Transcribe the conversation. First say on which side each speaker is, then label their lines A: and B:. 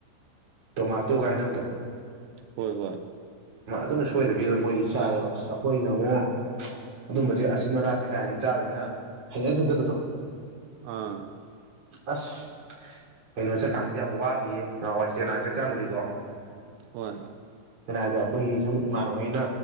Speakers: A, on the right; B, on the right.
A: ꯇꯣꯃꯥ ꯇꯧ ꯀꯒꯥꯏꯅꯕꯗꯣ
B: ꯍꯣꯏ ꯍꯣꯏ
A: ꯑꯗꯨꯝꯅ ꯁꯣꯏꯗꯕꯤꯗ ꯃꯣꯏꯗꯤ ꯆꯥꯏꯔꯦꯕ ꯑꯁ ꯑꯩꯈꯣꯏꯅ ꯑꯃꯨꯛ ꯑꯗꯨꯝꯕꯁꯦ ꯑꯁꯤꯟ ꯃꯔꯥꯁꯦ ꯀꯥꯏꯅ ꯆꯥꯗꯅꯤꯅ ꯍꯉꯖꯗꯕꯗꯣ
B: ꯑꯥ
A: ꯑꯁ ꯀꯩꯅꯣ ꯆꯠꯀꯥꯟꯗꯗꯤ ꯌꯥꯝ ꯋꯥꯈꯤꯌꯦ ꯅꯍꯥꯟꯋꯥꯏ ꯁꯦꯅꯥꯏ ꯆꯠꯀꯥꯟꯗꯗꯤꯀꯣ
B: ꯍꯣꯏ
A: ꯆꯦꯡꯅꯥꯏꯗ ꯑꯩꯈꯣꯏꯒꯤ ꯁꯨꯝ ꯏꯃꯥꯟꯅꯕꯩꯅ